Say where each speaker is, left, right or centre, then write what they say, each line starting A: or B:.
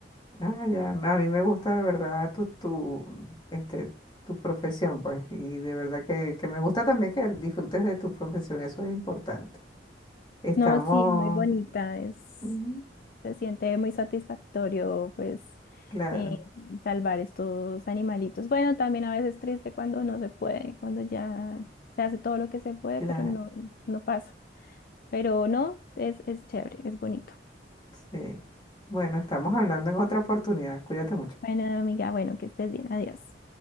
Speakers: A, on the left; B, on the left.
A: Ah, ya, a mí me gusta de verdad tu, tu, este, tu profesión, pues, y de verdad que, que me gusta también que disfrutes de tu profesión, eso es importante. Estamos,
B: No, sí, es muy bonita, es,
A: ujú,
B: se siente muy satisfactorio, pues,
A: claro,
B: eh, salvar estos animalitos. Bueno, también a veces triste cuando no se puede, cuando ya se hace todo lo que se puede,
A: claro,
B: pero no, no pasa. Pero no, es, es chévere, es bonito.
A: sí. Bueno, estamos hablando en otra oportunidad, cuídate mucho.
B: Bueno, amiga, bueno, que estés bien, adiós.